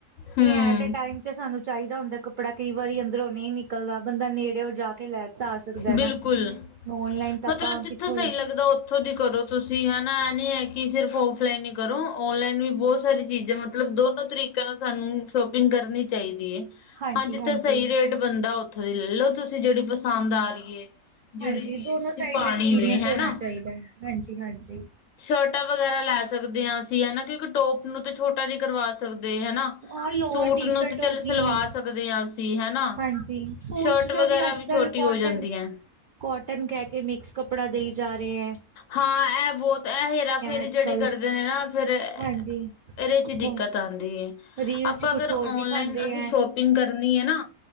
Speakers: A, on the left (about 70°); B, on the right (about 75°).
A: ਹੂੰ
B: ਇਹ ਐਟੇ ਟਾਈਮ ਤੇ ਸਾਨੂੰ ਚਾਹੀਦਾ ਹੁੰਦਾ, ਕੱਪੜਾ ਕਈ ਵਾਰੀ ਅੰਦਰੋਂ ਨਹੀਂ ਨਿਕਲਦਾ ਬੰਦਾ ਨੇੜੇਓ ਜਾ ਕੇ ਲੈ ਤਾਂ ਆ ਸਕਦਾ ਨਾ
A: ਬਿਲਕੁਲ
B: ਔਨਲਾਈਨ ਤਾਂ
A: ਮਤਲਬ
B: ਆਪਾਂ
A: ਜਿੱਥੋਂ
B: ਕਿੱਥੋਂ
A: ਸਹੀ
B: ਲੈ
A: ਲੱਗਦਾ ਉੱਥੋਂ ਦੀ ਕਰੋ ਤੁਸੀਂ ਹੈਨਾ ਐ ਨੀ ਹੈ ਕਿ ਸਿਰਫ ਔਫਲਾਈਨ ਹੀ ਕਰੋ। ਔਨਲਾਈਨ ਵੀ ਬਹੁਤ ਸਾਰੀ ਚੀਜ਼ਾਂ ਮਤਲਬ ਦੋਨੋ ਤਰੀਕਿਆ ਨਾਲ ਸਾਨੂੰ ਸ਼ੋਪਿੰਗ ਕਰਨੀ ਚਾਹੀਦੀ ਹੈ। ਹਾਂਜੀ,
B: ਹਾਂਜੀ-ਹਾਂਜੀ-ਹਾਂਜੀ।
A: ਜਿਥੇ ਸਹੀ ਰੇਟ ਬੰਨਦਾ ਉੱਥੋਂ ਦੀ ਲੈ ਲਓ ਤੁਸੀਂ ਜਿਹੜੀ ਪਸੰਦ ਆ ਰਹੀ ਏ। ਜਿਹੜੀ
B: ਹਾਂਜੀ
A: ਚੀਜ਼
B: ਦੋਨੋ
A: ਤੁਸੀਂ
B: ਸਾਈਡ
A: ਪਾਣੀ
B: ਦਾ ਐਕਸਪੀਰੀਅੰਸ
A: ਵੇ ਹਨਾ।
B: ਹੋਣਾ ਚਾਹੀਦਾ ਹੈਂ। ਹਾਂਜੀ-ਹਾਂਜੀ
A: ਸ਼ਰਟਾਂ ਵਗੈਰਾ ਲੈ ਸਕਦੇ ਹਾਂ। ਅਸੀਂ ਹਨਾ ਕਿ ਟੋਪ ਨੂੰ ਤੇ ਛੋਟਾ ਨੀ ਕਰਵਾ ਸਕਦੇ ਹਨਾ।
B: ਆਹ ਲੋਅਰ
A: ਸੂਟ
B: ਟੀ
A: ਨੂੰ
B: ਸ਼ਰਟ
A: ਤੇ
B: ਹੋ
A: ਚੱਲ
B: ਗਈ
A: ਸਲਵਾ ਸਕਦੇ ਹਾ। ਅਸੀਂ ਹਨਾ
B: ਹਾਂਜੀ, ਸੂਟਸ
A: ਸ਼ਰਟ
B: ਦਾ
A: ਵਗੈਰਾ
B: ਵੀ ਅੱਜ ਕੱਲ੍ਹ
A: ਛੋਟੀ
B: ਕੋਟਨ
A: ਹੋ ਜਾਂਦੀਆਂ।
B: ਕੋਟਨ ਕਹਿ ਕੇ ਮਿਕਸ ਕੱਪੜਾ ਦੇਈ ਜਾ ਰਹੇ ਏ।
A: ਹਾਂ, ਇਹ ਬਹੁਤ ਇਹ ਹੇਰਾ ਫੇਰੀ
B: ਅੱਜ
A: ਜਿਹੜੀ
B: ਕੱਲ
A: ਕਰਦੇ ਨੇ ਨਾ ਫੇਰ ਇਹਦੇ
B: ਹਾਂਜੀ
A: ਚ ਦਿੱਕਤ
B: ਉਹ
A: ਆਉਂਦੀ ਏ।
B: ਰੀਲ
A: ਆਪਾਂ
B: ਚ ਕੁਛ
A: ਅਗਰ
B: ਹੋਰ
A: ਔਨਲਾਈਨ
B: ਦਿਖਾਉਂਦੇ
A: ਅਸੀਂ
B: ਹੈ
A: ਸ਼ੋਪਿੰਗ ਕਰਨੀ ਹੈ। ਨਾ